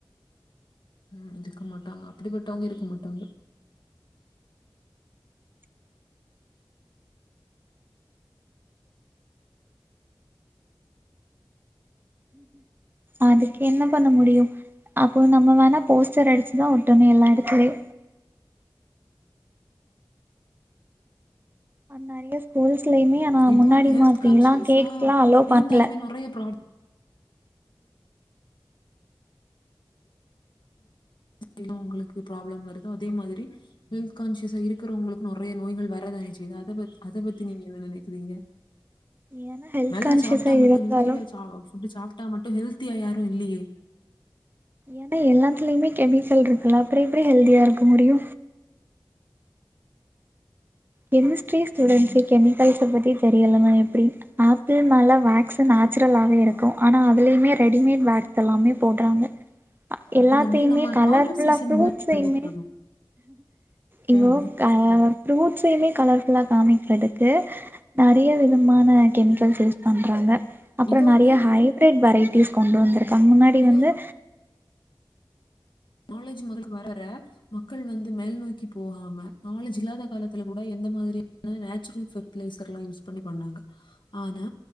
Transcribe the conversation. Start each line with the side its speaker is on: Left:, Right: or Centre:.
Left: ம் இருக்க மாட்டாங்க அப்டிப்பட்டவங்க இருக்க மாட்டாங்க
Right: அதுக்கு என்ன பண்ண முடியு அப்போ நம்ம வேணா போஸ்டர் அடிச்சிதா ஒட்டனு எல்லா எடத்துலயு நெறைய ஸ்கூல்ஸ்லயுமே ஆனா
Left: இப்போ
Right: முன்னாடி
Left: வந்து ஹெல்த்
Right: மாதிரிலா
Left: கான்சியஸா
Right: கேக்ஸ்லா அலோ பண்ல
Left: இருந்தாலுமே நோரையா ப்ராப் எப்டிலா உங்களுக்கு ப்ராப்ளம் வருதோ அதே மாதிரி ஹெல்த் கான்சியஸா இருக்கிறவங்களுக்கு நோரையா நோய்கள் வரதானே செய்து அதபத் அத பத்தி நீங்க என்ன நெனைக்கிறீங்க
Right: ஏன்னா ஹெல்த்
Left: நல்லா
Right: கான்சியஸா
Left: சாப்ட்டா மட்டு
Right: இருந்தாலு
Left: ஹெல்தியா சா ஃபுட்டு் சாப்ட்டா மட்டு‌ ஹெல்தியா யாரு இல்லியே
Right: ஏன்னா எல்லாத்துலேயுமே கெமிக்கல் இருக்குல்ல அப்றோ எப்டி ஹெல்தியா இருக்க முடியு கெமிஸ்டி ஸ்டுடென்ஸ்கே
Left: ம்
Right: கெமிக்கல்ஸ பத்தி தெரியலன்னா எப்டி ஆப்பிள் மேல வக்ஸ் நேச்சுரலாவே இருக்கு ஆனா அதுலயுமே ரெடிமேட் வக்ஸ் எல்லாமே போட்றாங்க எல்லாத்தயுமே
Left: இது வந்து நம்ம
Right: கலர்
Left: கான்வர்சேஷன்
Right: ஃபுல்லா ஃப்ரூட்ஸ்லயுமே
Left: முடிவு பண்ணிட்டு இருக்கோ
Right: இவோ
Left: ம்
Right: கயாவர் ஃப்ரூட்ஸயுமே கலர் ஃபுல்லாக காமிக்கிறதுக்கு நெறய விதமான கெமிக்கல்ஸ் யூஸ் பண்றாங்க அப்றோ
Left: இது
Right: நெறய
Left: வந்து
Right: ஹைப்ரேட் வெரேட்டிஸ் கொண்டு வந்திருக்காங்க முன்னாடி
Left: இத
Right: வந்து
Left: நாலேஜ் மகளுக்கு வரற மக்கள் வந்து மேல் நோக்கி போகாம நாலேஜ் இல்லாத காலத்துல கூட எந்த மாதிரி யான நேச்சுரல் பெபர்டிலைசர் எல்லா யூஸ் பண்ணி பண்ணாங்க ஆனா